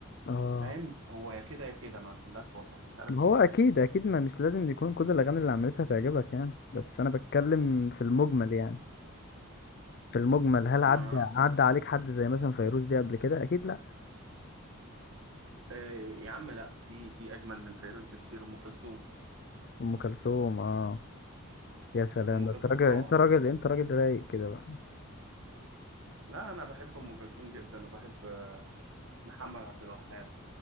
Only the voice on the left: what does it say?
اه
ما
هو اكيد اكيد ما مش لازم يكون كل الاغاني اللي عملتها تعجبك يعني بس انا بتكلم في المجمل يعني في المجمل هل
عدى عدى عليك حد زي مثلا فيروز دي قبل كده اكيد لا
ام كلثوم اه يا سلام
ده
انت راجل
انت راجل
انت راجل رايق كده بقى